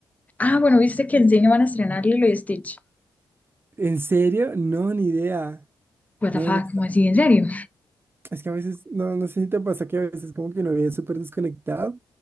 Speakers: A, on the left; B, on the right.
A: Ah, bueno, viste que en cine van a estrenar Lilo y Stitch.
B: ¿En serio? No, ni idea.
A: What
B: No,
A: the fuck,
B: no está-
A: ¿cómo así? ¿En serio?
B: Es que a veces, no, no sé si te pasa que a veces como que uno vive súper desconectado,